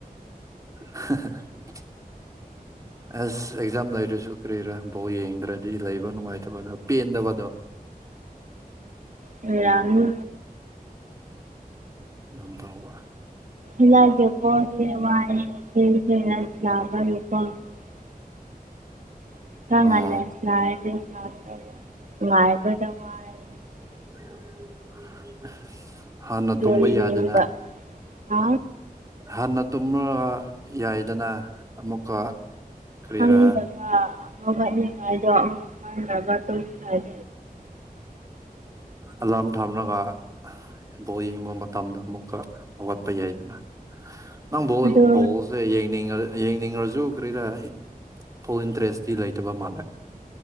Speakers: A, on the right; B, on the right.
A: <unintelligible> ꯑꯁ ꯑꯦꯛꯖꯥꯝ ꯂꯩꯔꯁꯨ ꯀꯔꯤꯔꯥ ꯕꯧ ꯌꯦꯡꯗ꯭ꯔꯗꯤ ꯂꯩꯕ ꯅꯨꯡꯉꯥꯏꯇꯕꯗꯣ ꯄꯦꯟꯗꯕꯗꯣ <unintelligible>
B: ꯎꯝ ꯌꯥꯅꯤ
A: ꯑꯗꯨꯝ ꯇꯧꯕ
B: <unintelligible> ꯑꯉꯁ
A: ꯑꯣ
B: ꯃꯗ ꯋꯥ
A: <unintelligible> ꯍꯥꯟꯅ
B: ꯕꯣꯜ
A: ꯇꯨꯝꯕ
B: ꯌꯦꯡꯅꯤꯡꯕ
A: ꯌꯥꯗꯅ
B: ꯍꯥ
A: ꯍꯥꯟꯅ ꯇꯨꯝꯃ ꯌꯥꯏꯗꯅ ꯑꯃꯨꯛꯀ ꯀꯔꯤꯔꯥ
B: ꯍꯪꯕꯅꯤ ꯍꯥꯏꯗꯣ ꯌꯥꯕ ꯇ ꯍꯥꯏ
A: ꯑꯂꯥ꯭ꯔꯝ ꯊꯝꯔꯒ ꯕꯣꯔ ꯌꯦꯡꯕ ꯃꯇꯝꯗ ꯑꯃꯨꯛꯀ ꯍꯧꯒꯠꯄ ꯌꯥꯏꯗꯅ ꯅꯪ ꯕꯣꯜ
B: ꯑꯗꯣ
A: ꯕꯣꯜꯁꯦ ꯌꯦꯡꯅꯤꯡ ꯌꯦꯡꯅꯤꯡꯉꯁꯨ ꯀꯔꯤꯔ ꯐꯨꯜ ꯏꯟꯇ꯭ꯔꯦꯁꯇꯤ ꯂꯩꯇꯕ ꯃꯥꯜꯂꯦ